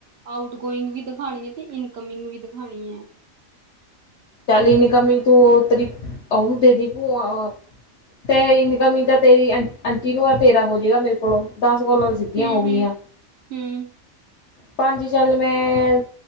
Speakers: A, on the right; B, on the left.
A: ਆਊਟ ਗੋਇੰਗ ਵੀ ਦਿਖਣੀ ਹੈ ਤੇ ਇਨਕਮਿੰਗ ਵੀ ਦਿਖਣੀੀ ਹੈ
B: ਚੱਲ ਇਨਕਮਿੰਗ ਤੂੰ ਉਤਰੀ ਦੇ ਦੀ ਭ ਤੇ ਇਨਕਮਿੰਗ ਤਾਂ ਤੇਰੀ ਆਂਟੀ ਨੂੰ ਤੇਰਾ ਹੋ ਜਾੇਗਾ ਮੇਰੇ ਕੋਲੋਂ ਦਸ ਕੋਲ ਵੀ ਸਿੱਧੀਆਂ
A: ਹੂੰ
B: ਹੋ ਗਈਆਂ
A: ਹੂੰ ਹੂੰ
B: ਪੰਜ ਚੱਲ ਮੈਂ